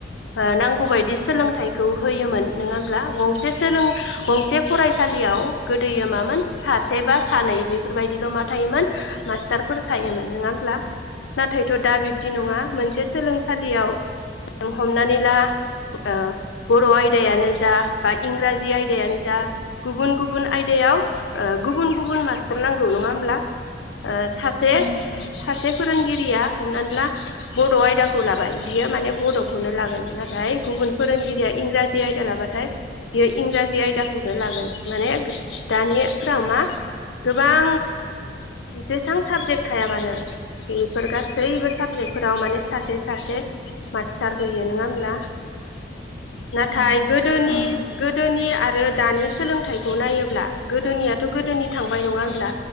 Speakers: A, on the left; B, on the right.
A: ओ नांगौ बायदि सोलोंथाइखौ होयोमोन नोङा होनब्ला गंसे सोलों गंसे फरायसालियाव गोदोयो मामोन सासे बा सानै बेफोरबायदिल' मा थायोमोन मास्टारफोर थायोमोन नङा होमब्ला नाथायथ' दा बिब्दि नङा मोनसे सोलोंसालियाव जों हमनानै ला ओ बर' आयदायानो जा बा इंराजि आयदायानो जा गुबुन गुबुन आयदायाव ओ गुबुन गुबुन मास्टार नांगौ नङा होमब्ला ओ सासे
B: उम
A: सासे फोरोंगिरिया हमनानै ला बड' आयदाखौ लाबाय बियो माने बड'खौनो लागोन नाथाय गुबुन फोरोंगिरिया इंराजि आयदा लाबाथाय बेयो इंराजि आयदाखौनो लागोन माने दानिफोराव मा गोबां जेसां साबजेक्ट थाया मानो बेफोर गासैबो साबजेक्टफोराव माने सासे सासे मास्टार होयो नङा होमब्ला नाथाय
B: उम
A: गो दोनि
B: औ
A: गोदोनि आरो दानि सोलोंथाइखौ नायोब्ला गोदोनियाथ' गोदोनि थांबाय नङा होनोब्ला